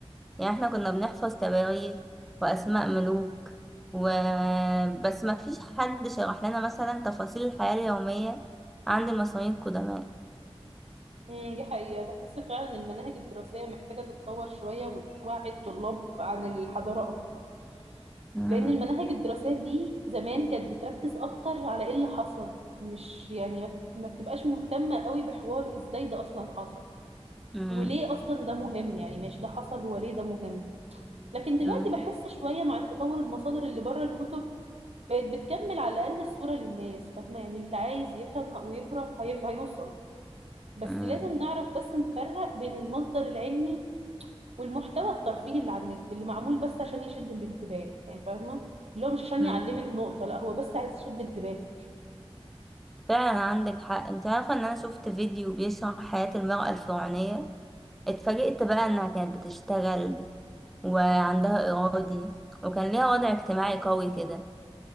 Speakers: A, in the centre; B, on the right.
A: يعني احنا كنا بنحفظ تواريخ وأسماء ملوك و... بس ما فيش حد شرح لنا مثلا تفاصيل الحياة اليومية عند المصريين القدماء
B: أمم، دي حقيقة بحس فعلا إن المناهج الدراسية محتاجة تتطور شوية وتوعي الطلاب عن الحضارة أكتر
A: مم.
B: لأن المناهج الدراسية دي زمان كانت بتركز أكتر على إيه اللي حصل مش يعني ما ما بتبقاش مهتمة قوي بحوار إزاي ده أصلا حصل
A: مم.
B: وليه أصلا ده مهم يعني ماشي ده حصل وليه ده مهم لكن دلوقتي
A: مم.
B: بحس شوية مع التطور المصادر اللي بره الكتب بقت بتكمل على الأقل الصورة للناس فاهمة يعني اللي عايز يفهم ويقرأ هيف- هيوصل بس
A: مم.
B: لازم نعرف بس نفرق بين المصدر العلمي والمحتوى الترفيهي اللي على النت اللي معمول بس عشان يشد الانتباه يعني فاهمة اللي هو مش عشان
A: مم.
B: يعلمك نقطة لا هو بس عايز يشد انتباهك
A: فعلا عندك حق انت عارفة ان انا شفت فيديو بيشرح حياة المرأة الفرعونية اتفاجئت بقى انها كانت بتشتغل وعندها إرادي وكان ليها وضع اجتماعي قوي كده